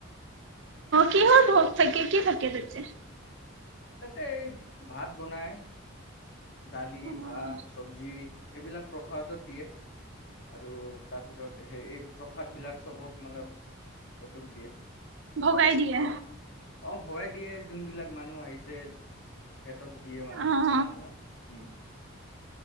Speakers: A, on the right; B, on the left.
A: কিহৰ ভোগ থাকে? কি থাকে? িক দেে <unintelligible>
B: তাতে এই ভাত বনায় দালি,
A: অ'
B: ভাত, চবজি এইবিলাক প্ৰসাদত দিয়ে, আৰু তাৰপিছত সেই এই প্ৰসাদ বিলাক চবক মানে সেইটোক দিয়ে।
A: ভগাই দিয়ে।
B: অ, ভগাই দিয়ে জোনবিলাক মানুহ আহিছে, সিহঁতক দিয়ে মানে
A: অ'
B: অকমান অকমান। উ।